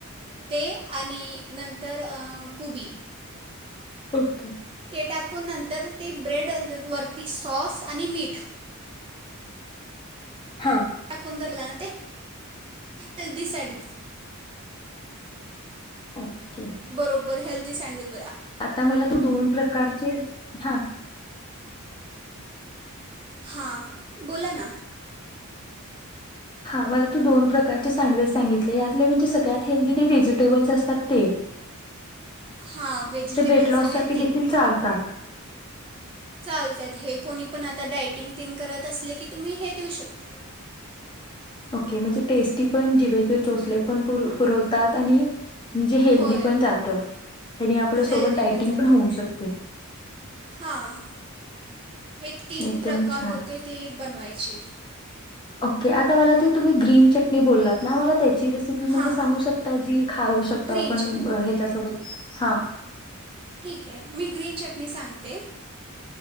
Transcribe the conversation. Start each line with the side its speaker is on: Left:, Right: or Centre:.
Right: ते आणि नंत तर अ कुबी
Left: ओके.
Right: टाकून नंतर ते ब्रेड वरती सॉस आणि मीठ
Left: हां,
Right: टाकून झाला ते हल्दी साईड
Left: ओके.
Right: बरोबर हेल्थ ते सँड्विच
Left: आता मला तू दोन प्रकारचे हा.
Right: हां बोला ना.
Left: हा मला तू दोन प्रकारचे सँडविच सांगितले यातले म्हणजे सगळ्यात हेल्दी ते व्हेजिटेबल्स असतात ते.
Right: हां व्हेजिटेबल्स
Left: ते वेट लॉस
Right: आहे
Left: साठी देखील चालतात.
Right: चालतय हे कोणी पण आता डायटिंग तेन करत असले की तुम्ही हे देऊ शकताय.
Left: ओके, म्हणजे टेस्टी पण जिभेचे चोचले पण पुरवतात आणि म्हणजे हेल्दी
Right: होय
Left: पण जातं त्यानी आपल्या सोबत
Right: हेल्दी
Left: डायटिंग
Right: पण जातय
Left: होऊ शकते.
Right: हां हे तीन
Left: एकदम
Right: प्रकार
Left: छान
Right: होते ते बनवायचे.
Left: ओके. आ मला तुम्ही ग्रीन चटणी बोललात ना मला त्याची रेसिपी म्हणजे
Right: हां
Left: सांगू शकताय जी खाऊ शकतो
Right: ग्रीन
Left: आपण
Right: चटणी
Left: हेच्यासोबत. हा.
Right: ठीक आहे मी ग्रीन चटणी सांगते